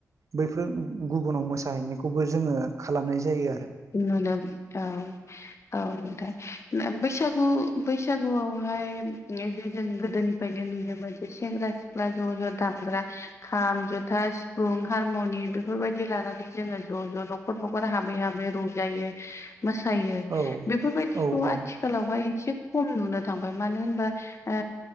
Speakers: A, on the right; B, on the left.
A: बैफोर गुबुनाव मोसाहैनायखौबो जोङो खालामनाय जायो आरो
B: <inaudible> औ औ थाय बैसागु बैसागुआवहाय जे जों गोदोनिफ्रायनो नुनो मोनो जे सेंग्रा सिख्ला ज ज दामग्रा खाम जथा सिफुं हारमुनि बेफोरबायदि लानानै जोङो ज' ज' न'खर न'खर हाबै हाबै रंजायो मोसायो
A: औ
B: बेफोरबायदिखौ
A: औ
B: आथि
A: औ
B: आथिखालावहाय एसे खम नुनो थांबाय मानो होनबा ओ